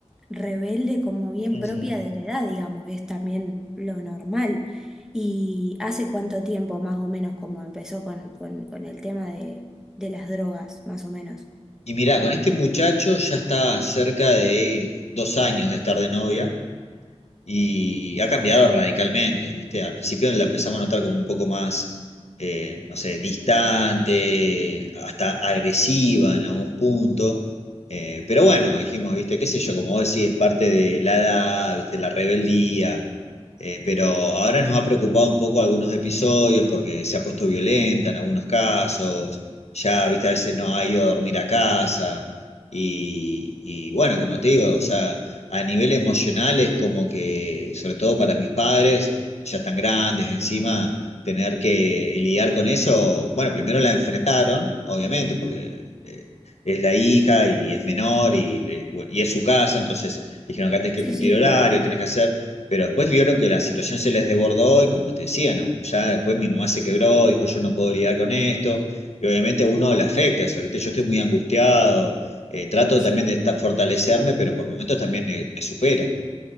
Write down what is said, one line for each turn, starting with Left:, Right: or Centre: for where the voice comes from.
Centre: rebelde como bien
Left: Ujú.
Centre: propia de la edad, digamos, es también lo normal. ¿Y hace cuánto tiempo más o menos como empezó con, con, con el tema de, de las drogas, más o menos?
Left: Y mirá, con este muchacho ya está cerca de dos años de estar de novia. Y ha cambiado radicalmente, ¿viste? Al principio la empezamos a notar como un poco más, eh, no sé, distante, hasta agresiva en algún punto. Eh, pero bueno, dijimos, ¿viste? ¿Qué sé yo? Como vos decís, es parte de la edad, ¿viste? La rebeldía. Eh, pero ahora nos ha preocupado un poco algunos episodios porque se ha puesto violenta en algunos casos. Ya, ¿viste? A veces no ha ido a dormir a casa. Y, y bueno, como te digo, o sea a nivel emocional es como que, sobre todo para mis padres, ya están grandes encima, tener que lidiar con eso, bueno, primero la enfrentaron, obviamente, porque eh, es la hija y es menor y, le- bueno, y es su casa, entonces dijeron que tenés que
Centre: Sí,
Left: cumplir
Centre: sí,
Left: horario,
Centre: lógico.
Left: tenés que hacer, pero después vieron que la situación se les desbordó y como te decía, no, ya después mi mamá se quebró, dijo yo no puedo lidiar con esto. Y obviamente a uno le afecta eso, ¿viste? Yo estoy muy angustiado, eh, trato
Centre: Sí.
Left: también de estar, fortalecerme, pero por momentos también eh, me supera.